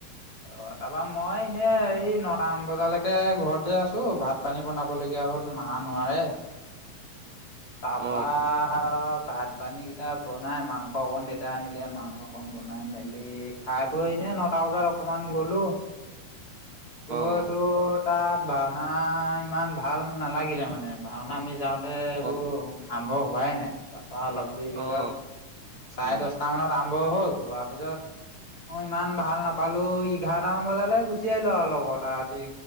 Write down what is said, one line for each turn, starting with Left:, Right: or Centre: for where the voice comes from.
Left: অ', তাৰপৰা মই এনে এই নটামান বজালৈকে ঘৰতে আছো, ভাত পানী বনাবলগীয়া হ'ল মা নোৱাৰে। তাৰপা
Right: অ',
Left: ভাত পানী কেইটা বনাই মাংস অকণ দেউতা আনিলে, মাংস অকণ বনাই মেলি খাই বৈ এনে ন টা বজাত অকমান গ'লো, গৈ
Right: অ',
Left: তোৰ তাত ভাওনা ইমান ভাল নালাগিলে মানে, ভাওনা আমি যাওঁতে
Right: অ',
Left: আৰম্ভ হোৱাই নাই, তাৰপৰা অলপ দেৰি
Right: অ',
Left: পিছত চাৰে
Right: উম,
Left: দছটা মানত আৰম্ভ হ'ল হোৱাৰ পিছত অ', ইমান ভাল নাপালো, এঘাৰটামান বজালৈ গুচি আহিলো আৰু লগৰ এটা ৰাতি